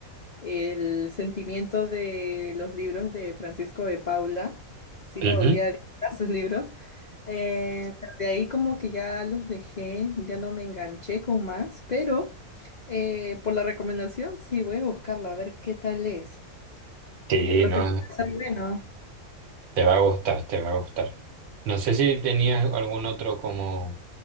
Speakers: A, on the left; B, on the right.
A: El sentimiento de los libros de Francisco de Paula, sí me
B: Ujú.
A: volví adicta a sus libros, eh, pero de ahí como que ya los dejé, ya no me enganché con más, pero eh, por la recomendación sí voy a buscarla a ver qué tal es.
B: Sí,
A: Yo creo
B: no,
A: que sí va a ser bueno.
B: te va a gustar, te va a gustar. No sé si tenías algún otro como